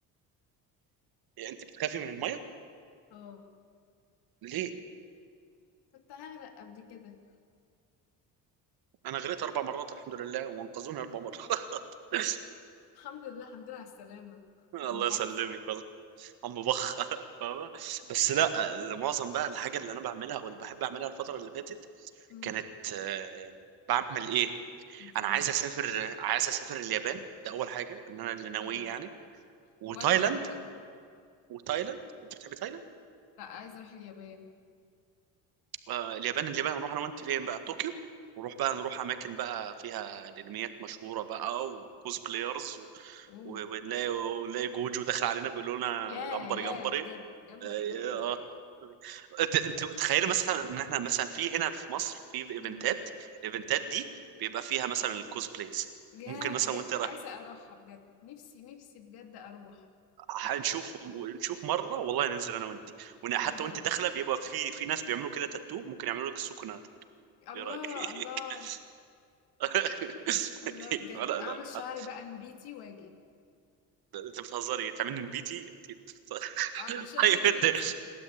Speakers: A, on the right; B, on the left.
A: انت بتخافي من الميه
B: اه
A: ليه
B: كنت هغرق قبل كده
A: انا غرقت اربع مرات الحمد لله وانقذوني اربع مرات <laughs>
B: الحمد لله الحمد لله على السلامة
A: الله
B: عم بخ
A: يسلمك والله عم بخ <laughs> فاهمة بس لا معظم بقى الحاجة اللي انا بعملها او اللي بحب اعملها الفترة اللي فاتت
B: مم.
A: كانت آه، بعمل ايه انا
B: ايه
A: عايز اسافر عايز اسافر اليابان ده اول حاجة ان انا اللي ناويه
B: اه
A: يعني وتايلاند
B: وانا برضو
A: وتايلاند انت بتحب تايلاند
B: لا عايزة اروح اليابان
A: آه، اليابان اليابان نروح انا وانت فين بقى طوكيو ونروح بقى نروح اماكن بقى فيها الانميات مشهوره بقى وكوز بلايرز و...
B: اوه
A: و- ونلاقي ونلاقي جوجو داخل علينا بيقول لنا
B: يا
A: جمبري
B: يا
A: جمبري
B: بجد جمبري
A: آه،
B: جمبري
A: آه. انت انت تخيل مثلا ان احنا مثلا في هنا في مصر في ايفنتات
B: مم.
A: الايفنتات دي بيبقى فيها مثلا الكوزبلايز
B: يا
A: ممكن مثلا
B: بجد
A: وانت را-
B: عايزة اروحها بجد نفسي نفسي بجد اروح
A: هنشوف نشوف مره والله ننزل انا وانت وحتى
B: بجد
A: وانت داخله بيبقى في في ناس بيعملوا كده تاتو ممكن يعملوا لك السكنه تاتو
B: الله
A: ايه رايك
B: الله
A: <laughs> <laughs>
B: الله بجد
A: لا
B: اعمل شعري
A: لا
B: بقى نبيتي واجي
A: انت بتهزري تعملني نبيتي انت بت-
B: اعمل
A: <laughs>
B: شعري
A: طيب
B: نبيتي
A: انت